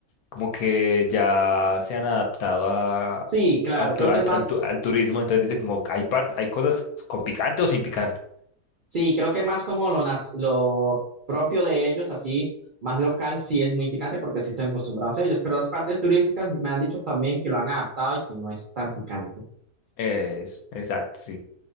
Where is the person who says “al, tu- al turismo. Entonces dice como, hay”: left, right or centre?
Left